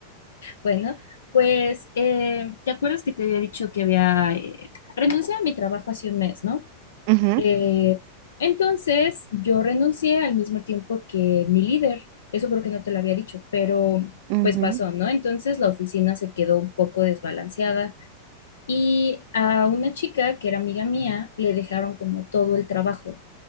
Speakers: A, on the left; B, on the right.
A: Bueno, pues, eh, ¿te acuerdas que te había dicho que había eh, renunciado a mi trabajo hace un mes, ¿no?
B: <laughs> Ujú,
A: Eh, entonces, yo renuncié al mismo tiempo que mi líder. Eso creo que no te lo había dicho, pero
B: ujú,
A: pues pasó, ¿no? Entonces la oficina se quedó un poco desbalanceada y a una chica que era amiga mía le dejaron como todo el trabajo